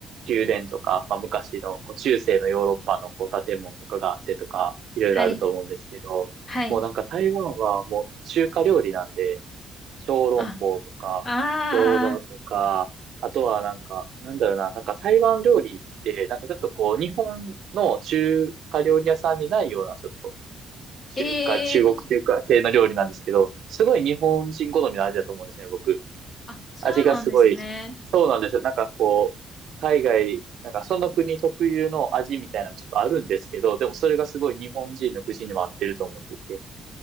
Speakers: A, on the right; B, on the left.
A: 宮殿とか、まあ昔の、こう、中世のヨーロッパのこう、建物とかがあってとか、いろいろあると思うんですけど、
B: はい。はい。
A: もうなんか台湾はもう中華料理なんで、小籠包とか、
B: あ、ああ、
A: 餃子とか、あとはなんか、なんだろうな、なんか台湾料理って、なんかちょっとこう、日本の中華料理屋さんにないような、ちょっと、中華、
B: ええ
A: 中国っていうか、系の料理なんですけど、すごい日本人好みの味だと思うんですね、僕。
B: あ、そうなんですね。
A: 味がすごい、そうなんですよ。なんかこう、海外、なんかその国特有の味みたいなのもちょっとあるんですけど、でもそれがすごい日本人の口にも合ってると思ってて、